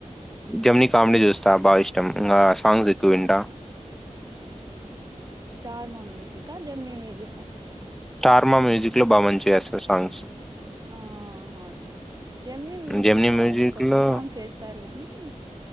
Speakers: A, in the centre; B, on the right (about 30°).
A: జమిని కామిడీ చూస్త బాగా ఇష్టం ఇంకా సాంగ్స్ ఎక్కువ వింట
B: స్టార్ మా మ్యూజిక్కా జెమినీ మ్యూజిక్కా
A: స్టార్ మా మ్యూజిక్ లో బాగా మంచి చేస్తారు సాంగ్స్
B: ఆ అవును జెమిని మ్యూజిక్
A: జెమినీ
B: లో
A: మ్యూజిక్
B: అన్ని కొత్త
A: లో
B: సాంగ్స్ వేస్తారు గానీ